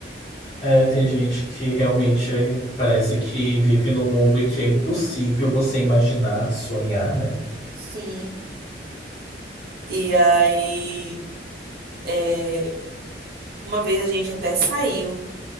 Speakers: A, on the left; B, on the right.
A: É, tem gente que realmente é- parece que vive num mundo em que é impossível você imaginar, sonhar, né?
B: Sim. E aí, é, uma vez a gente até saiu.